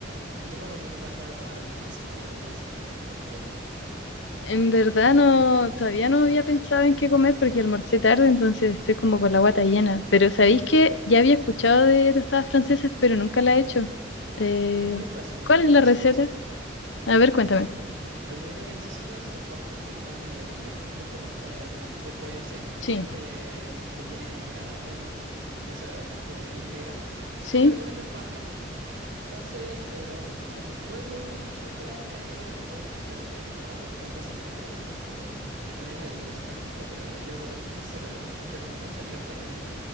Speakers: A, on the right; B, on the left.
A: ¿Y tú como que vas a tomar en la once o la cena respectivamente?
B: En verdad no, todavía no había pensado en qué comer porque almorcé tarde, entonces estoy como con la guata llena. Pero ¿sabéis que ya había escuchado de tostadas francesas, pero nunca la he hecho? Eh,
A: Es muy fácil,
B: ¿cuál
A: muy
B: es
A: fácil
B: la receta?
A: hacerla.
B: A ver,
A: Por ejemplo,
B: cuéntame.
A: Lo primero que necesitas es pan, f- es pan de molde, ¿no? De este pan cuadradito. Te puede servir
B: Sí,
A: de este de, que tiene granos o no, ya sabes, de este integral.
B: sí,
A: Pero yo recomiendo el pan blanco. Entonces, eh, luego necesitas un huevo, azúcar, canela. Puedes comprarla junta. o Hay hay veces que te venden el frasco con, con canela y azúcar justo, pero yo lo compro <laughs> separado porque me gusta echarle harta canela.